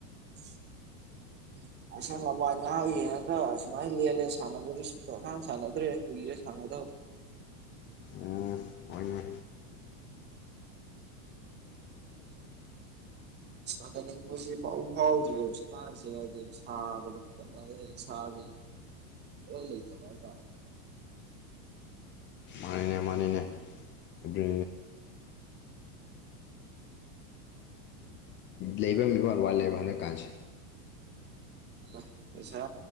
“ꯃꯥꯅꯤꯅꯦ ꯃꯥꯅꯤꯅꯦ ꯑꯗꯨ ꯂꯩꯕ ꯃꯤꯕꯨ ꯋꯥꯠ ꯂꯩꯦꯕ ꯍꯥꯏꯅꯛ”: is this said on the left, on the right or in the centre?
Left